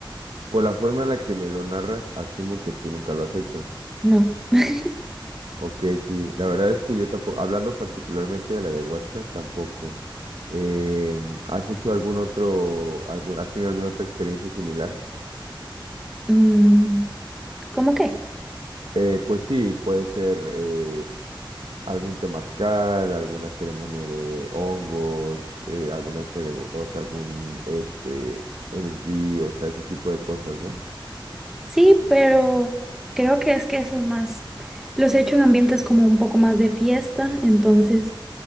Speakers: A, on the right; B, in the centre.
A: por la forma en la que me lo narras, asumo que tú nunca lo has hecho.
B: no. <laughs>
A: Ok, sí, la verdad es que yo tampoco, hablando particularmente de la ayahuasca, tampoco. Em, ¿has hecho algún otro, algún- has tenido alguna otra experiencia similar?
B: Mm, ¿cómo qué?
A: Eh, pues sí, puede ser eh, algún temazcal, alguna ceremonia de hongos, eh, alguna ceremo- o sea, algún este LSD, o sea, ese tipo de cosas, ¿no?
B: Sí, pero creo que es que eso es más, los he hecho en ambientes como un poco más de fiesta, entonces...